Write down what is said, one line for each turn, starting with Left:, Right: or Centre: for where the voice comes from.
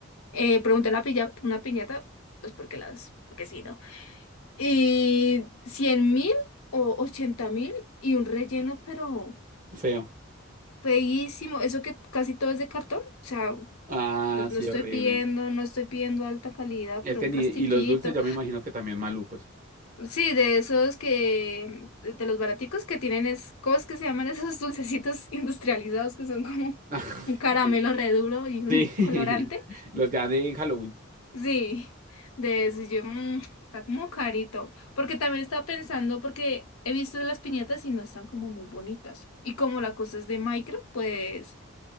Left: eh, pregunté a la pilla- una piñata, pues porque las, porque sí, ¿no? Y cien mil o ochenta mil y un relleno, pero
Right: Feo.
Left: feísimo. Eso que casi todo es de cartón. O sea, no,
Right: Ah,
Left: no
Right: sí,
Left: estoy
Right: horrible.
Left: pidiendo, no estoy pidiendo alta calidad,
Right: Es
Left: pero
Right: que
Left: un
Right: ni.
Left: plastiquito.
Right: Y los dulces yo me imagino que también malucos.
Left: Sí, de esos que, de los baraticos que tienen es, ¿cómo es que se llaman <laughs> esos dulcecitos industrializados que son como
Right: <laughs>
Left: un caramelo re duro y un
Right: Sí,
Left: colorante?
Right: <laughs> los que dan en Halloween.
Left: Sí, de esos yo, mm, está como carito, porque también estaba pensando, porque he visto las piñatas y no están como muy bonitas, y como la cosa es de micro, pues